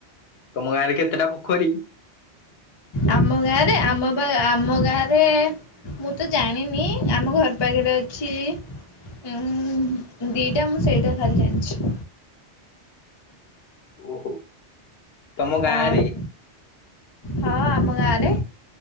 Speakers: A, on the left (about 70°); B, on the left (about 35°).
A: ତମ ଗାଁରେ କେତେଟା ପୋଖରୀ?
B: ଆମ ଗାଁରେ ଆମ ବା ଆମ ଗାଁ ରେ ମୁଁ ତ ଜାଣିନି ଆମ ଘର ପାଖରେ ଅଛି ଉଁ ଦିଟା ମୁଁ ସେଇଟା ଖାଲି ଜାଣିଛି।
A: ଓହୋ। ତମ
B: ହଁ
A: ଗାଁ ରେ
B: ହଁ ଆମ ଗାଁରେ।